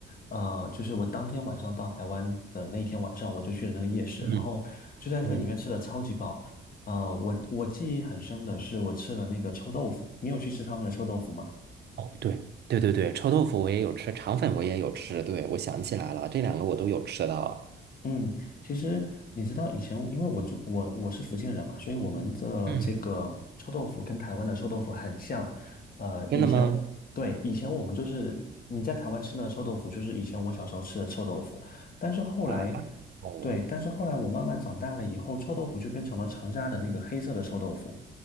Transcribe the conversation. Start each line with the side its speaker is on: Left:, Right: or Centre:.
Left: 呃，就是我当天晚上到台湾的那一天晚上，我就去了那个夜市，
Right: 嗯
Left: 然后就在那个里面吃的超级饱。
Right: 嗯。
Left: 呃，我我记忆很深的是，我吃了那个臭豆腐。你有去吃他们的臭豆腐吗？
Right: 哦，对对对对，臭豆腐我也有吃，肠粉我也有吃。对，我想起来了，这两个我都有吃到。
Left: 嗯，其实你知道以前，因为我住我我是福建人嘛，所以我们的这个臭豆腐跟台湾的臭豆腐很像。
Right: 嗯，
Left: 呃，
Right: 真的吗？
Left: 以前对以前我们就是你在台湾吃的臭豆腐，就是以前我小时候吃的臭豆腐。但是后来，
Right: 啊，哦
Left: 对，但是后来我慢慢长大了以后，臭豆腐就变成了长沙的那个黑色的臭豆腐，